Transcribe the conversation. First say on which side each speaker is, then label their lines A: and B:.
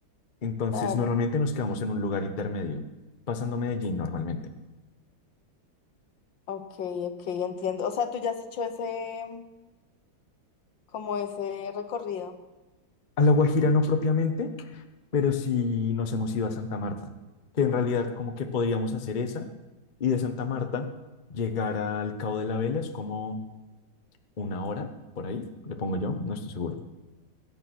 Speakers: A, on the left; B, on the left.
A: Entonces,
B: claro.
A: normalmente nos quedamos en un lugar intermedio, pasando Medellín normalmente.
B: Ok, ok, entiendo. O sea, tú ya has hecho ese. como ese recorrido.
A: A La Guajira no propiamente, pero sí nos hemos ido a Santa Marta, que en realidad como que podríamos hacer esa y de Santa Marta llegar al Cabo de la Vela es como una hora por ahí, le pongo yo, no estoy seguro.